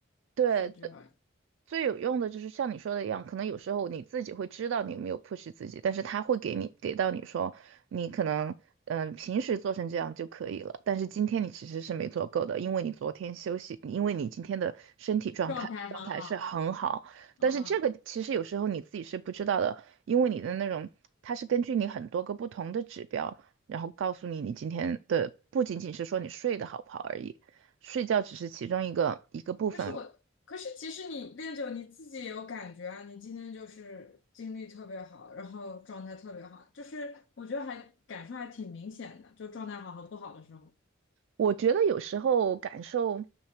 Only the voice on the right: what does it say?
对
最有用的就是像你说的一样，可能有时候你自己会知道你有没有 push 自己，但是他会给你给到你说，你可能嗯、呃平时做成这样就可以了，但是今天你其实是没做够的，因为你昨天休息，因为你今天的身体状态状态是很好，
但是这个其实有时候你自己是不知道的，因为你的那种它是根据你很多个不同的指标，然后告诉你你今天的不仅仅是说你睡得好不好而已，睡觉只是其中一个一个部分。
我觉得有时候感受